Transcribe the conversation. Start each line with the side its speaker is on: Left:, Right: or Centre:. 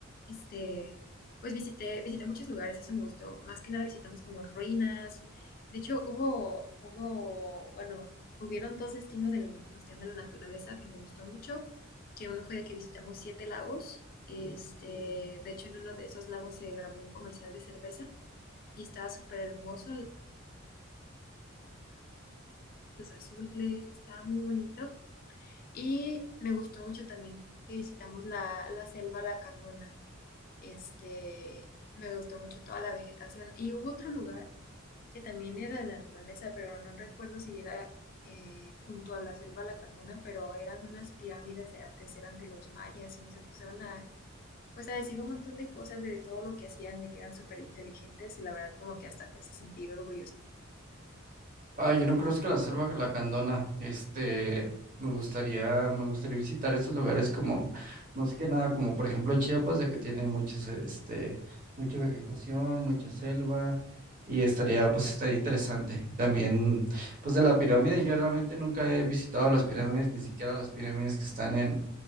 Left: este, pues visité, visité muchos lugares, eso me gustó. Más que nada visitamos como ruinas. De hecho, hubo, hubo, bueno, hubieron dos destinos en cuestión de la naturaleza que me gustó mucho, que uno fue de que visitamos siete lagos. Este, de hecho, en uno de esos lagos se grabó un comercial de cerveza y estaba súper hermoso, los azules, estaba muy bonito. Y me gustó mucho también que visitamos la, la selva La Candona. Este, me gustó mucho toda la vegetación. Y hubo otro lugar que también era de naturaleza, pero no recuerdo si era eh, junto a la selva Lacandona, pero eran unas pirámides de antes, eran de los mayas y nos empezaron a, pues a decir un montón de cosas de todo lo que hacían, de que eran súper inteligentes y la verdad como que hasta te hace sentir orgulloso.
Right: Ah, yo no conozco la selva la lacandona. Este, me gustaría, me gustaría visitar esos lugares como, más que nada, como por ejemplo Chiapas, de que tiene muchos, este, mucha vegetación, mucha selva, y estaría, pues estaría interesante. También, pues de la pirámide, yo realmente nunca he visitado las pirámides, ni siquiera las pirámides que están en,